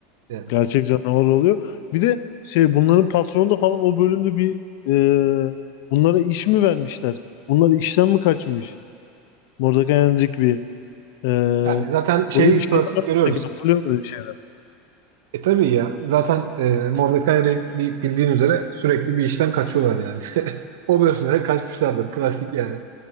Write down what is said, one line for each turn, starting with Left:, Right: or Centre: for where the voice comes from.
Right: Yani,
Left: Gerçek canavar oluyor. Bir de şey bunların patronu da falan o bölümde bir e, bunlara iş mi vermişler? Bunlar işten mi kaçmış? Mordecai and Rigby. E,
Right: yani zaten şey
Left: böyle bir şeyler
Right: klasik
Left: var.
Right: görüyoruz.
Left: Sanki hatırlıyorum böyle bir şeyler.
Right: E tabii ya. Zaten e, Mordecai ile bi- bildiğin üzere sürekli bir işten kaçıyorlar yani. <laughs> O bölümde kaçmışlardır. Klasik yani.